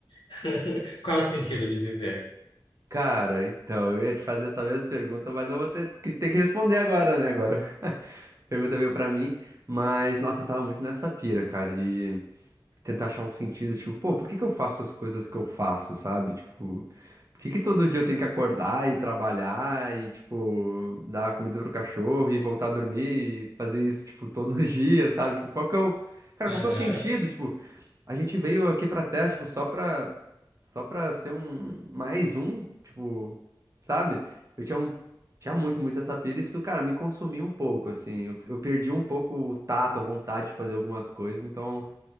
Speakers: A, on the left (about 80°); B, on the right (about 40°).
A: <laughs> qual é o sentido de viver?
B: Cara, então, eu ia te fazer essa mesma pergunta, mas eu vou ter que, ter que responder agora, né? Agora. <laughs> Pergunta veio pra mim, mas nossa, eu tava muito nessa pira, cara, de tentar achar um sentido, tipo, pô, por que que eu faço as coisas que eu faço, sabe? Tipo, por que que todo dia eu tenho que acordar e trabalhar e, tipo, dar comida pro cachorro e voltar a dormir e fazer isso, tipo, todos os <laughs> dias, sabe? Tipo, qual que é o. Cara,
A: Aham.
B: qual que é o sentido? Tipo, a gente veio aqui pra Terra, tipo, só pra só pra ser um mais um, tipo, sabe? Eu tinha, um- tinha muito, muito essa pira, e isso, cara, me consumiu um pouco, assim. Eu, eu perdi um pouco o tato, a vontade de fazer algumas coisas, então